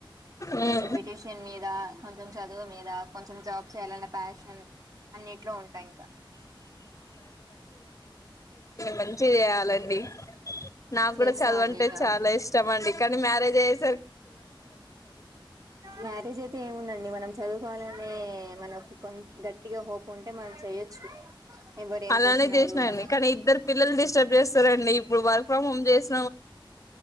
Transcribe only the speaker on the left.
మ్మ్
మంచిగ చెయ్యాలండి నాకు
కూడా చదువంటే
చాలా ఇష్టం అండి కానీ మ్యారేజేస్
అలానే
చేసినాండి
కానీ ఇద్దరు పిల్లలు డిస్టబ్ చేస్తారండి ప్పుడు వర్క్ ఫ్రమ్ హోమ్ చేస్